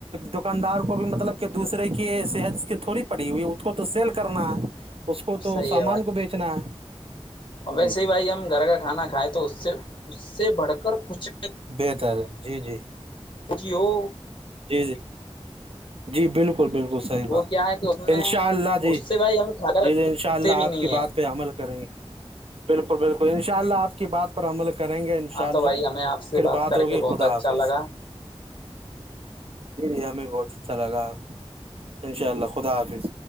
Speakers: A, on the right; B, on the left.
A: دکاندار کو بھی مطلب کہ دوسرے کی صحت کی تھوڑی پڑی ہوئی اس کو تو سیل کرنا ہے اس کو
B: صحیح
A: تو سامان
B: ہے بھائی
A: کو بیچنا ہے
B: ویسے
A: جی
B: ہی بھائی ہم گھر کا کھاناکھایا تو اس سے اس سے بڑھ کر کچھ
A: بہتر ہے جی جی
B: جی ہو
A: جی جی جی بالکل بالکل صحیح
B: وہ
A: بات
B: کیا ہے کہ اس میں
A: ان شاء اللہ جی
B: اس سے بھائی ہم کھاتا
A: جی جی ان شاء
B: رکھتے
A: اللہ
B: بھی
A: آپ
B: نہیں
A: کی
B: ہیں
A: بات پے عمل کریں گے بالکل بالکل ان شاء اللہ آپ کی بات پر عمل کریں گے
B: ہاں
A: شاء اللہ
B: تو بھائی ہمیں آپ سے
A: پھر
B: بات کر
A: ہوگی
B: کے بہت
A: خدا
B: اچھا
A: حافظ
B: لگا
A: جی جی ہمیں بی بہت اچھا لگا ان شاء اللہ خدا حافظ